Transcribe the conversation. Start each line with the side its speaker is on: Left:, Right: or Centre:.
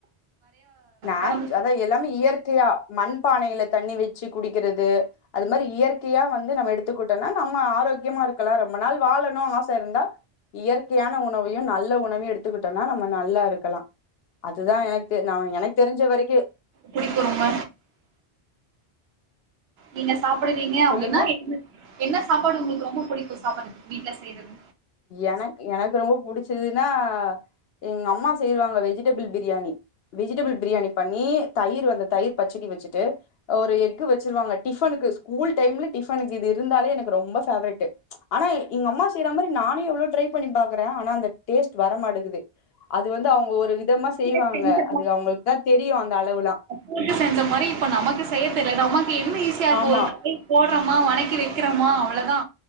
Left: நா
Right: ஒடம்புக்கு
Left: அதா எல்லாமே இயற்கையா மண்பானையில தண்ணி வச்சு குடிக்கிறது அது மாரி இயற்கையா வந் து நம்ம எடுத்துக்கிட்டோன்னா நம்ம ஆரோக்கியமா இருக்கலா ரொம்ப நாள் வாழணு ஆச இருந்தா இயற்கையான உணவையு நல்ல உணவையு எடுத்துக்கிட்டோன்னா நம்ம நல்லா இருக்கலா அதுதா எனக்கு தெ நா எனக்கு தெரிஞ்ச வரைக்கு
Right: புடிக்கு ரொம்ப நீங்க சாப்டுவீங்க அப்டின்னா
Left: சொல்லுங்க
Right: என்ன என்ன சாப்பாடு உங்களுக்கு ரொம்ப பிடிக்கு சாப்பாடுக்கு வீட்ல செய்றது
Left: எனக் எனக்கு ரொம்ப புடிச்சதுன்னா எங்க அம்மா செய்வாங்க வெஜிடபிள் பிரியாணி வெஜிடபிள் பிரியாணி பண்ணி தயிர் வந்த தயிர் பச்சடி வச்சுட்டு ஒரு எஃக்கு வச்சிருவாங்க டிஃபனுக்கு ஸ்கூல் டைம்ல டிஃபனுக்கு இது இருந்தாலே எனக்கு ரொம்ப ஃபேவரட்டு ஆனா எங்க அம்மா செய்யற மாரி நானு எவ்ளோ ட்ரை பண்ணி பாக்குறே ஆனா அந்த டேஸ்ட் வரமாட்டக்குது அது வந்து அவங்க ஒரு விதமா செய்வாங்க
Right: நீங்க செஞ்ச
Left: அது அவங்களுக்கு தா தெரியு அந்த அளவுலா
Right: போட்டு செஞ்ச மாரி இப்ப நமக்கு செய்ய தெரியல நமக்கு என்ன ஈஸியா இருக்கு
Left: ஆமா
Right: ஒரு காய் போடுறமா வணக்கி வைக்கிறோமா அவ்ளதா